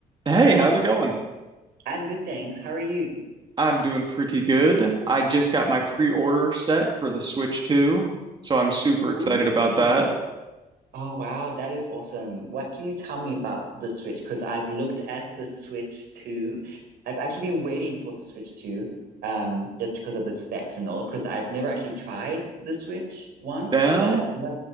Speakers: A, on the right; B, on the right.
A: Hey, how's it going?
B: I'm good, thanks. How are you?
A: I'm doing pretty good. I just got my pre-order set for the Switch 2, so I'm super excited
B: Ooh.
A: about that.
B: Oh, wow. That is awesome. What can you tell me about the Switch? Because I've looked at the Switch 2. I've actually been waiting for the Switch 2, um, just because of the specs and all, because I've never actually tried the Switch 1.
A: Now,
B: But yeah,